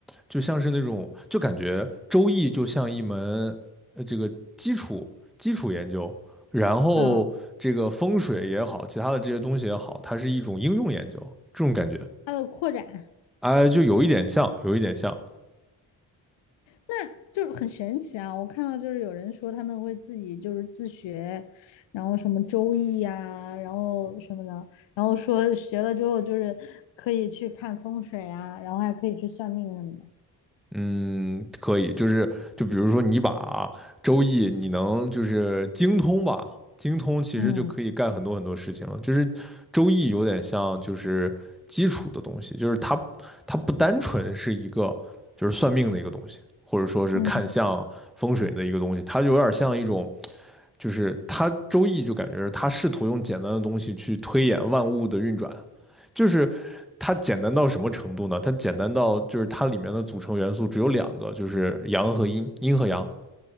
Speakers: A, in the centre; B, on the left.
A: 就像是那种，就感觉周易就像一门呃这个基础基础研究，然后这个风水也好，
B: 啊，
A: 其他的这些东西也好，它是一种应用研究，这种感觉，
B: 它的扩展。
A: 哎，就有一点像，有一点像，
B: 那就是很神奇啊！我看到就是有人说他们会自己就是自学，然后什么周易呀、然后什么的，然后说学了之后就是可以去看风水啊，然后还可以去算命什么的。
A: 嗯，可以，就是就比如说你把周易，你能就是精通吧，精通其实就可以干很多很多事情了。
B: 嗯
A: 就是周易有点像就是基础的东西，就是它它不单纯是一个就是算命的一个东西，或者说是看相风水的一个东西，
B: 嗯，
A: 它就有点像一种就是它周易就感觉是它试图用简单的东西去推演万物的运转，就是它简单到什么程度呢？它简单到就是它里面的组成元素只有两个，就是阳和阴，阴和阳，